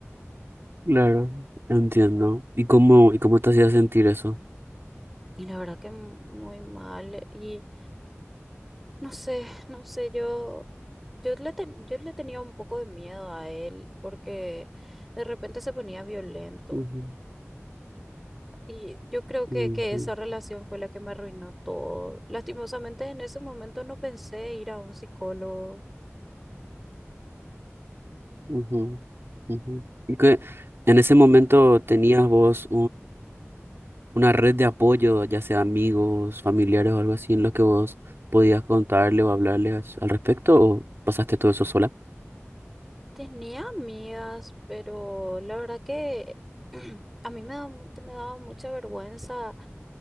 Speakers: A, on the right; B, in the centre.
A: Claro, entiendo. ¿Y cómo, y cómo te hacía sentir eso?
B: Y la verdad que muy mal. Y No sé, no sé, yo, yo le, ten- yo le tenía un poco de miedo a él porque de repente se ponía violento
A: Ujú,
B: y yo creo que,
A: ujú,
B: que esa relación fue la que me arruinó todo. Lastimosamente en ese momento no pensé ir a un psicólogo.
A: ujú, ujú. Y que en ese momento tenías vos una red de apoyo, ya sea amigos, familiares o algo así, en lo que vos podías contarle o hablarle as- al respecto, o pasaste todo eso sola?
B: Tenía amigas, pero la verdad que <clears throat> a mí me da mu- me daba mucha vergüenza